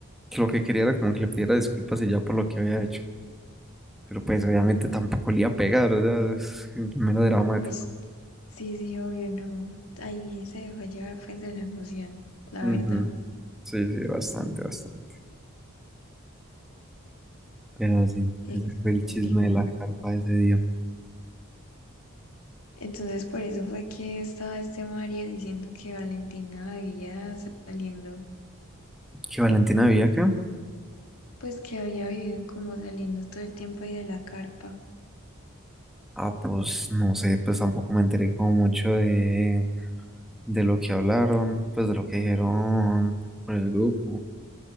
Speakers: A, in the centre; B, on the left.
A: que lo que quería era como que le pidiera disculpas y ya por lo que había hecho. Pero pues obviamente tampoco le iba a pegar, o sea, es mero dramático.
B: Ah, Pues sí, sí, obvio, no. Ahí se dejó llevar pues de la emoción, la
A: Ujú.
B: verdad,
A: Sí, sí, bastante, bastante. Pero sí,
B: exótico.
A: ese fue el chisme de la carpa de ese día.
B: Entonces por eso fue que estaba este Mario diciendo que Valentina había saliendo,
A: qué Valentina vivía acá?
B: pues que había vivido como saliendo todo el tiempo ahí de la carpa.
A: Ah, pues no sé, pues tampoco me enteré como mucho de, de lo que hablaron, pues de lo que dijeron por el grupo.